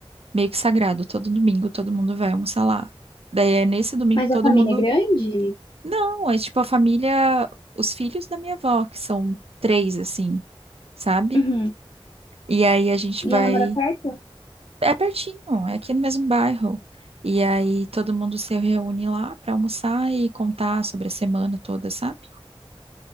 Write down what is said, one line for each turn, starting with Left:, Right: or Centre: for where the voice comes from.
Right: meio que sagrado. Todo domingo todo mundo vai almoçar lá. Daí é nesse domingo
Left: mas
Right: todo
Left: a família
Right: mundo.
Left: é grande?
Right: Não, é tipo a família, os filhos da minha avó, que são três, assim, sabe?
Left: Uhum.
Right: E aí a gente vai.
Left: E ela mora perto?
Right: É pertinho, é aqui no mesmo bairro. E aí todo mundo se reúne lá pra almoçar e contar sobre a semana toda, sabe?